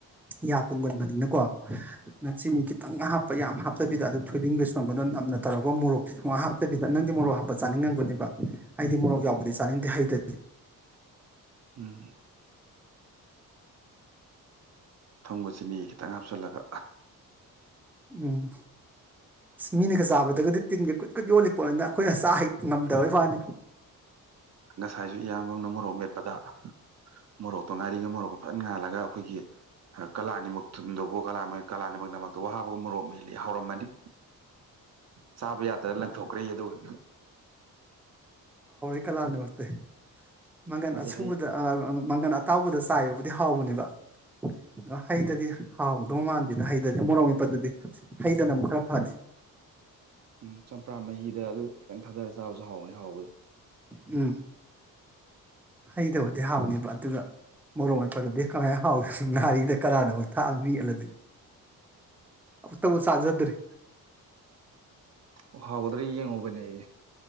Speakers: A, in the centre; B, on the right.
A: ꯌꯥ ꯀꯨꯝꯒꯟꯕꯅꯤꯅꯀꯣ
B: ꯎꯝ
A: ꯅꯆꯤꯅꯤ ꯈꯤꯇꯪ ꯉ ꯍꯥꯞꯄ ꯌꯥꯝ ꯍꯥꯞꯇꯕꯤꯗ ꯑꯗꯨ ꯊꯣꯏꯕꯤꯟꯒꯁꯨ ꯅ ꯅꯝꯅ ꯇꯧꯔꯒ ꯃꯣꯔꯣꯛ ꯍꯥꯞꯇꯕꯤꯗ ꯅꯪꯗꯤ ꯃꯣꯔꯨ ꯍꯥꯞ ꯆꯥꯅꯤꯡꯉꯝꯒꯅꯦꯕ ꯑꯩꯗꯤ ꯃꯣꯔꯣꯛ ꯌꯥꯎꯕꯗꯤ ꯆꯥꯅꯤꯡꯗꯦ ꯍꯩꯇ
B: ꯎꯝ ꯊꯨꯝꯒ ꯆꯤꯅꯤ ꯈꯤꯇꯪ ꯍꯥꯞꯆꯤꯜꯂꯒ
A: ꯎꯝ ꯑꯁ ꯃꯤꯅꯒ ꯆꯥꯕꯗꯒꯗꯤ ꯇꯤꯟꯒ ꯀꯨꯠ ꯀꯨꯠ ꯌꯣꯜꯂꯤ ꯄꯣꯠꯅꯤꯗ ꯈꯣꯏꯅ ꯆꯥ ꯍꯩ ꯉꯝꯗꯕꯩ ꯋꯥꯅꯤ
B: ꯉꯁꯥꯏꯁꯨ ꯏꯌꯥꯝꯕ ꯑꯃꯅ ꯃꯣꯔꯣꯛ ꯃꯦꯠꯄꯗ ꯃꯣꯔꯣꯛꯇꯣ ꯉꯥꯔꯤꯒ ꯃꯣꯔꯣꯛꯀꯣ ꯐꯖꯅ ꯉꯥꯜꯂꯒ ꯈꯣꯏꯒꯤ ꯀꯂꯥꯅꯤꯃꯛ ꯊꯨꯝꯗꯨꯕꯨ ꯀꯂꯥꯃꯅꯤꯛ ꯀꯂꯥꯅꯤꯃꯛ ꯃꯛꯇꯕꯨ ꯍꯥꯞꯄꯒ ꯃꯣꯔꯣꯛ ꯃꯦꯠꯂꯦꯌꯦ ꯍꯥꯎꯔꯝꯃꯅꯤ ꯆꯥꯕ ꯌꯥꯗꯅ ꯂꯪꯊꯣꯛꯈ꯭ꯔꯦ ꯑꯗꯨꯒ
A: ꯀꯂꯥꯅꯤ ꯑꯣꯏꯔꯇꯦ ꯃꯪꯒꯟ
B: ꯃꯗꯩ
A: ꯑꯁꯨꯕꯗ
B: ꯍꯩ
A: ꯃꯪꯒꯟ ꯑꯇꯥꯎꯕꯗ ꯆꯥꯏꯌꯨ ꯗꯤ ꯍꯥꯎꯕꯅꯦꯕ ꯑ ꯍꯩꯗꯗꯤ ꯍꯥꯎꯗꯧ ꯃꯥꯟꯗꯦꯅ ꯍꯩꯗꯗꯤ ꯃꯣꯔꯣꯛ ꯃꯄꯗꯗꯤ ꯍꯩꯗꯅ ꯑꯃꯨꯛ ꯈꯔ ꯐꯅꯤ
B: ꯎꯝ ꯆꯝꯄ꯭ꯔꯥ ꯃꯍꯤꯗ ꯑꯗꯨ ꯈꯤꯇꯪ ꯊꯥꯗꯔꯁꯤꯦ ꯆꯥꯕꯁꯨ ꯍꯥꯎꯕꯅꯤ ꯍꯥꯎꯕꯗꯤ
A: ꯎꯝ ꯍꯩꯗꯕꯗꯤ ꯍꯥꯎꯅꯦꯕ ꯑꯗꯨꯒ ꯃꯣꯔꯣꯡ ꯃ ꯄꯠꯂꯗꯤ ꯀꯃꯥꯏ ꯍꯥꯎꯏ ꯁ ꯅꯥꯥꯔꯤꯗ ꯀꯔꯥꯅ ꯑꯃꯨꯛ ꯊꯥꯛꯑꯕꯤꯜꯂꯗꯤ ꯇꯕꯨ ꯁꯥꯖꯗꯔꯤ
B: ꯑꯣ ꯍꯥꯎꯒꯗ꯭ꯔꯥ ꯌꯦꯡꯉꯨꯕꯅꯦ